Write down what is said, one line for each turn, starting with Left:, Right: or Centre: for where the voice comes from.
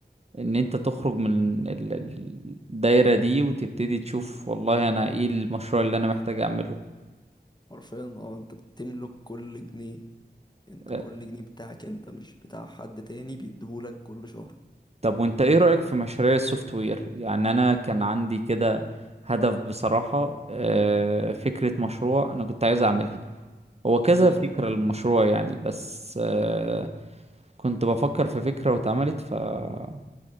Right: ان انت تخرج من ال- ال- الدايرة دي وتبتدي تشوف والله انا ايه المشروع اللي انا محتاج اعمله
Left: حرفيا اه انت بتملك كل جنيه انت
Right: اه،
Left: كل جنيه بتاعك انت مش بتاع حد تاني بيديهولك كل شهر
Right: طب وانت ايه رأيك في مشاريع السوفت وير يعني انا كان عندي كده هدف بصراحة اه، فكرة مشروع انا كنت عايز اعملها هو كذا
Left: امم
Right: فكرة للمشروع يعني بس اه، كنت بفكر في فكرة واتعملت ففي